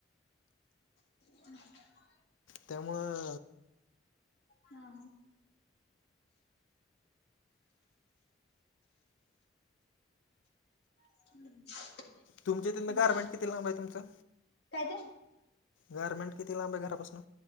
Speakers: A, on the left (about 60°); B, on the left (about 85°).
A: <inaudible>
B: त्यामुळं
A: हा हा <inaudible>
B: तुमच्या त्यां गारमेंट
A: बा
B: किती लांब आहे तुमचं?
A: काय ते
B: गार्मेंट किती लांब आहे घरापासून